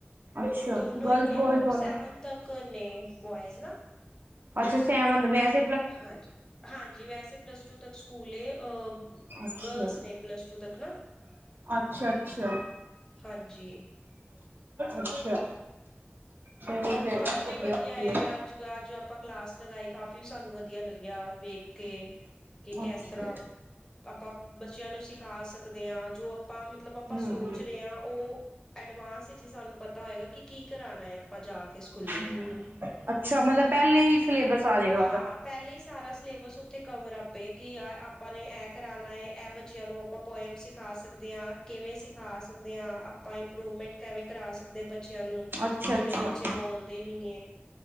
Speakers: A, on the right (about 55°); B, on the left (about 15°).
A: ਅੱਛਾ
B: ਦੋਨੋ
A: ਗਰਲਸ
B: ਈ ਨੇ,
A: ਬੋਇਜ਼
B: ਮਤਲਬ
A: ਦੋਨੋ
B: ਸੈਵੰਥ
A: ਨੇ
B: ਤਕ ਨੇ ਬੁਆਇਜ਼ ਨਾ।
A: ਅੱਛਾ, ਸੈਵੰਥ ਵੇਸ
B: ਹਾਜੀ, ਹਾਂਜੀ ਵੈਸੇ ਪਲੱਸ ਟੂ ਤੱਕ ਸਕੂਲ ਏ
A: ਅੱਛਾ
B: ਗਰਲਸ ਨੇ ਪਲੱਸ ਟੂ ਤੱਕ ਨਾ,
A: ਅੱਛਾ ਅੱਛਾ
B: ਹਾਂਜੀ।
A: ਅੱਛਾ। ਚਲੋ ਫੇਰ
B: ਕਾਫ਼ੀ
A: ਤੇ ਵਧੀਆ
B: ਵਦੀਆ
A: ਵਧੀਆ
B: ਏ ਅੱਜ ਅੱਜ ਆਪਾਂ ਕਲਾਸ ਲਗਾਈ ਕਾਫੀ ਸਾਨੂੰ ਵਦੀਆ ਲੱਗਿਆ ਵੇਖ ਕੇ ਕੇ ਕੈਸ
A: ਅੱਛਾ
B: ਤਰ੍ਹਾਂ ਆਪਾਂ ਬੱਚਿਆਂ ਨੂੰ ਸਿਖਾ ਸਕਦੇ ਆਂ, ਜੋ ਆਪਾਂ ਮਤਲਬ ਆਪਾਂ
A: ਹੂੰ
B: ਸੋਚ ਰਏ ਆਂ ਓ ਐਡਵਾਂਸ ਚ ਈ ਸਾਨੂੰ ਪਤਾ ਹੋਏਗਾ ਕਿ ਕੀ ਕਰਾਣਾ ਏ ਆਪਾਂ ਜਾ ਕੇ ਸਕੂਲੇ,
A: ਹੂੰ ਅੱਛਾ ਮਤਲਬ ਪਹਿਲੇ ਹੀ ਸਿਲੇਬਸ ਆ ਜਾਏਗਾ
B: ਹਾਂ
A: ਉਹਦਾ
B: ਪੈਲੇ ਈ ਸਾਰਾ ਸਿਲੇਬਸ ਉੱਥੇ ਕਵਰ ਅਪ ਏ ਕਿ ਆ ਆਪਾਂ ਨੇ ਐ ਕਰਾਣਾ ਏ ਐ ਬੱਚਿਆਂ ਨੂੰ ਆਪਾਂ ਪੋਇਮ ਸਿਖਾ ਸਕਦੇ ਆਂ ਕਿਵੇਂ ਸਿਖਾ ਸਕਦੇ ਆਂ ਆਪਾਂ ਇੰਪਰੂਵਮੈਂਟ ਕੈਵੇਂ ਕਰਾ ਸਕਦੇ ਬੱਚਿਆਂ ਨੂੰ
A: ਅੱਛਾ
B: ਜੇੜੇ
A: ਅੱਛਾ
B: ਬ ਚੇ ਬੋਲਦੇ ਨੀ ਏ,